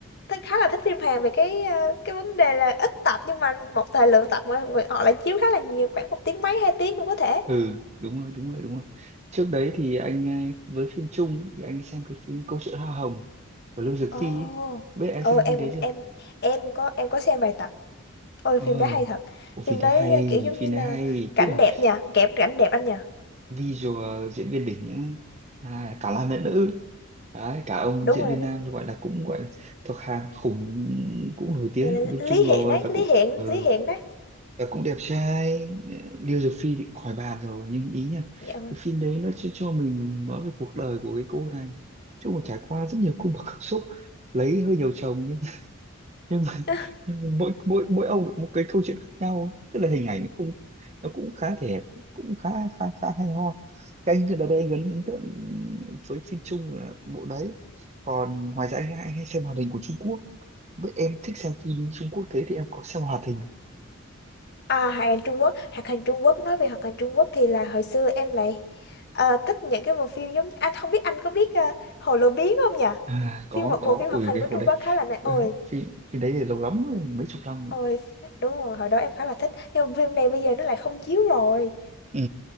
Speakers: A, on the left; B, on the right.
A: thích khá là thích phim Hàn về cái ờ, cái vấn đề là ít tập nhưng mà một thời lượng tập người, người họ lại chiếu khá là nhiều khoảng một tiếng mấy hai tiếng cũng có thể
B: ừ đúng rồi đúng rồi đúng rồi trước đấy thì anh ấy, với phim Trung ấy, thì anh xem cái phim Câu chuyện Hoa Hồng của Lưu Dược
A: Ồ,
B: Phi ấy. biết em
A: ừ,
B: xem
A: em
B: phim đấy
A: cũng
B: chưa
A: em em có em có xem vài tập. Ôi
B: Ồ,
A: phim đó hay thật.
B: oh,
A: Phim
B: phim đấy
A: đấy
B: hay
A: ờ, kiểu giống
B: phim
A: như là
B: này hay
A: cảnh
B: tức là
A: đẹp nha, kẹp cảnh đẹp anh nha.
B: visual diễn viên đỉnh ấy. À, cả nam lẫn nữ đấy cả ông
A: Đúng
B: diễn
A: rồi,
B: viên
A: đúng.
B: nam gọi là cũng gọi là thuộc hàng khủng cũng nổi tiếng
A: Rồi là
B: của bên Trung
A: Lý Hiện
B: rồi
A: ấy,
B: và
A: Lý
B: cũng
A: Hiện,
B: ừ,
A: Lý Hiện đấy.
B: và cũng đẹp trai Liêu Dược Phi thì cũng khỏi bàn rồi nhưng ý nha
A: Dạ vâng.
B: cái phim đấy nó cho, cho mình nói về cuộc đời của cái cô này chứ mà trải qua rất nhiều cung bậc cảm xúc lấy hơi nhiều chồng nhưng nhưng mà,
A: <laughs>
B: nhưng mà mỗi mỗi mỗi ông lại có một cái câu chuyện khác nhau ấy. tức là hình ảnh nó không nó cũng khá thể đẹp cũng khá khá khá hay ho cái anh ở đây anh ấn ấn tượng với phim Trung là bộ đấy còn ngoài ra anh hay, hay xem hoạt hình của Trung Quốc với em thích xem phim Trung Quốc thế thì em có xem hoạt hình
A: À, hoạt hình Trung Quốc, hoạt hình Trung Quốc nói về hoạt hình Trung Quốc thì là hồi xưa em lại ờ, thích những cái bộ phim giống anh không biết anh có biết ờ, Hồ Lô Biến không nhỉ?
B: à có
A: Phim một
B: có
A: bộ phim hoạt
B: ui
A: hình
B: cái
A: của
B: hồi
A: Trung
B: đấy
A: Quốc khá là này.
B: ờ,
A: Ôi,
B: phim phim đấy thì lâu lắm rồi, mấy chục năm
A: ôi đúng rồi, hồi đó em khá là thích. Nhưng mà phim này bây giờ nó lại không chiếu rồi.
B: Ừ.